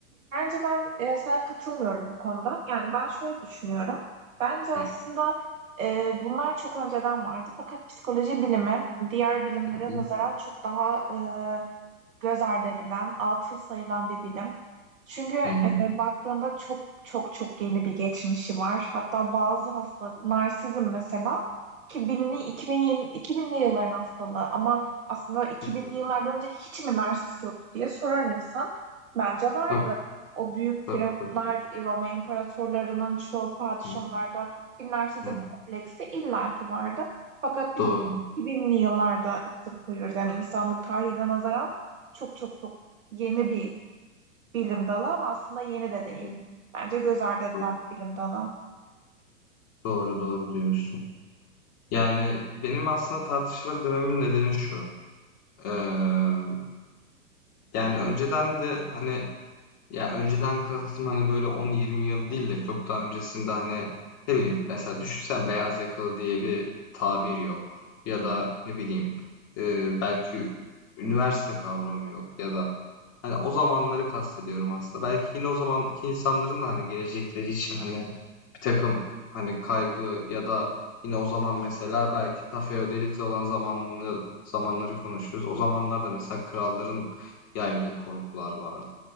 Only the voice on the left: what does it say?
Hı
hı.
Hı hı.
Hı hı. hı.
Tabii,
tabii, tabii.
Hı
hı.
Doğru.
Hı hı.
Doğru.
Doğru, doğru diyorsun. Yani, benim aslında tartışılır dememin nedeni şu: Emm, yani, önceden de, hani, ya önceden kastım hani böyle 10-20 yıl değil de çok daha öncesinde hani ne bileyim mesela düşünsen beyaz yakalı diye bir tabir yok. Ya da ne bileyim e, belki üniversite kavramı yok ya da hani o zamanları kastediyorum aslında. Belki yine o zamanki insanların da hani gelecekleri için hani bir takım hani kaygı ya da yine o zaman mesela belki ta feodalite olan zamanlı zamanları konuşuyoruz. O zamanlarda mesela kralların yaydığı korkular vardı.